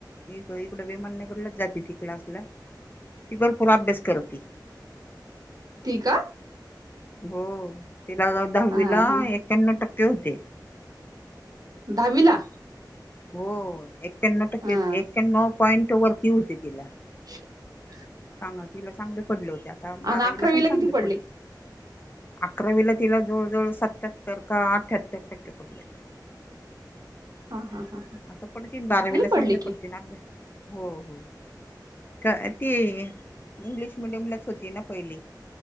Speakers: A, on the left (about 25°); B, on the right (about 55°).
A: इक इकडं विेमाननगरलाच जाते ती क्लासला. ति भरपूर अभ्यास करती.
B: ती का.
A: हो तिला दहावीला
B: हा हा
A: ऐक्याण्णौ टक्के होते.
B: दहावी ला.
A: हो ऐक्याण्णौ टक्के
B: हा
A: ऐक्याण्णौ पॉइंट वरती होते तिला.
B: <unintelligible>
A: चांग तिला चांगले पडले होते आता बारावीला
B: आणि अकरावीला
A: पण चांगले
B: किती पडले
A: पडेल. अकरावीला तिला जवळजवळ सत्याहत्तर का अठ्याहत्तर टक्के पडले आहेत.
B: हा हा हा.
A: आता पडतील बारावीला चांगले
B: पडले की
A: पडतील ना आता हो हो का. ती इंग्लिश मिीडियम लाच होती ना पहिले.